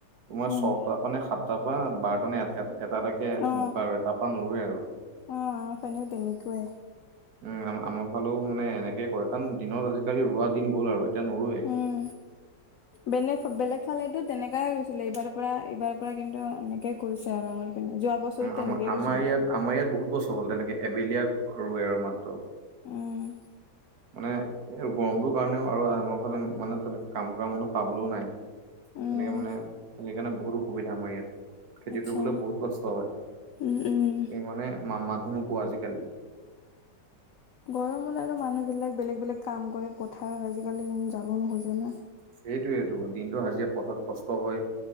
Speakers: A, on the right; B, on the left.
A: তোমাৰ
B: উম
A: ছটা মানে সাত তাপা বাৰটা এট এটা-এটাকে
B: অ
A: বোকা ৰুয়ে তাৰ পৰা নোৰুৱে আৰু।
B: অ', আমাৰ ফালেও তেনেকুৱাই।
A: উম, আম-আম। ফালেও মানে এনেকে কৰে কাৰণ দিনত আজিকালি ৰোৱা দিন গ'ল আৰু, এতিয়া নোঁৰোৱে।
B: উম বেলেগ, বেলেগ ফালে টো তেনেকাই ৰুইছিলে এইবাৰ পৰা এইবাৰ পৰা কিন্তু এনেকে কৰিছে আৰু আমাৰ পিনে যোৱা বছৰো
A: আমাৰ
B: তেনেকেই
A: আমাৰ
B: ৰুইছিলে।
A: ইয়াত আমাৰ ইয়াত বহুত বছৰ হ'ল তেনেকে এবেলিয়া ৰুৱে আৰু মাত্ৰ।
B: উম,
A: মানে, এই গৰমটোৰ কাৰণেও আৰু আমাৰ ফালে মানে তেনেকে কাম কৰা মানুহ পাবলৈও নাই।
B: উম
A: তেনেকে মানে, সেইকাৰণে বহুত অসুবিধা আমাৰ ইয়াত। খেতি
B: আচ্ছা
A: কৰিবলৈ বহুত কষ্ট হয়,
B: উম উম
A: মানে মানুহ নোপোৱা আজিকালি।
B: গৰমৰ লাগে মানুহ বিলাক বেলেগ বেলেগ কাম কৰে। পথাৰত আজিকালি উম, যাব নুখোজে না।
A: সেইটোৱেইটো দিনটো হাজিৰা পথাৰত কষ্ট হয়,